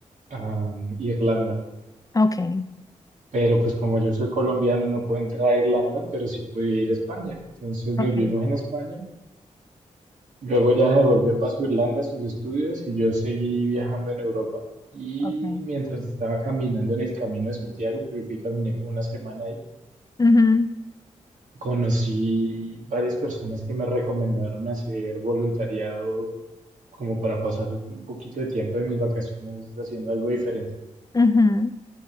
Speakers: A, on the right; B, on the left.
A: a mm, Irlanda.
B: ok.
A: Pero pues como yo soy colombiano no puedo entrar a Irlanda, pero sí podía ir a España. Entonces nos
B: Ok,
A: vimos en España. Luego ella se devolvió para su Irlanda a sus estudios y yo seguí viajando en Europa. Y
B: ok.
A: mientras estaba caminando en el Camino de Santiago, porque fui y caminé como una semana ahí,
B: Ujú,
A: Conocí varias personas que me recomendaron hacer voluntariado como para pasar un poquito de tiempo de mis vacaciones haciendo algo diferente.
B: ujú,